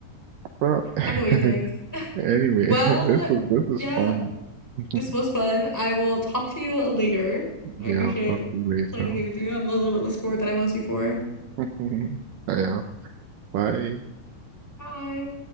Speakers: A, on the right; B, in the centre.
A: Bro. <laughs>
B: I get what you think.
A: Anyway,
B: Well,
A: <laughs> this is this is
B: yeah,
A: fun. <laughs>
B: this was fun. I will talk to you later. I
A: Yeah,
B: appreciate
A: I'll talk to you later.
B: playing the game with you. I'm a little bit less bored than I was before.
A: <laughs> Yeah, bye.
B: Bye.